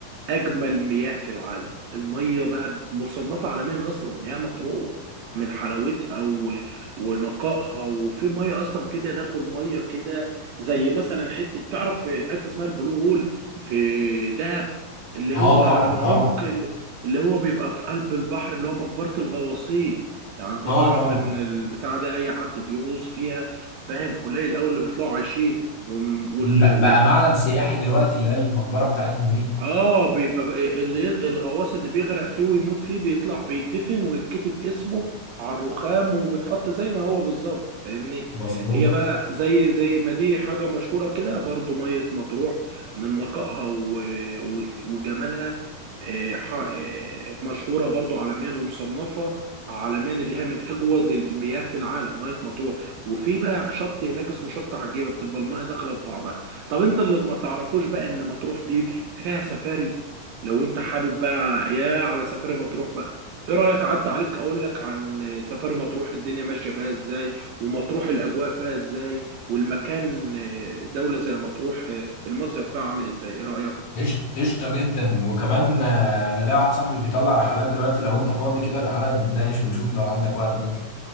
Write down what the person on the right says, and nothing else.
اجمل مياه في العالم الميه بقى مصنفه عالميا اصلا مياه مطروح من حلاوتها و... ونقائها وفي ميه اصلا في تداخل ميه كده زي مثلا حته تعرف في حته اسمها البلو هول في دهب اللي
هو
العمق
ال- اللي هو بيبقى في قلب البحر اللي هو مقبره الغواصين يعني انت
تعرف
ان البتاعه دي اي حد بيغوص فيها فاهم قليل قوي اللي بيطلعوا عايشين والغواصين
اه بيبقى اللي الغواص اللي بيغرق فيه ويموت فيه بيطلع بيتدفن ويتكتب اسمه على الرخام وبيتحط زي ما هو بالظبط فاهمني
هي بقى زي زي ما دي حاجة مشهورة كده برضو مية مطروح من نقائها و- و- وجمالها آه، ح- آه، مشهورة برضو عالميا ومصنفة عالميا اللي هي من أجود المياه في العالم مية مطروح وفي بقى شط هناك اسمه شط عجيبة بتبقى المياه داخلة في بعضها طب انت اللي ما تعرفوش بقى ان مطروح دي فيها سفاري لو انت حابب بقى يا على سفاري مطروح بقى ايه رأيك عدى عليك اقول لك عن سفاري مطروح الدنيا ماشية فيها ازاي ومطروح الاجواء فيها ازاي والمكان اه، دولة زي مطروح اه، المصيف فيها عامل ازاي ايه رأيك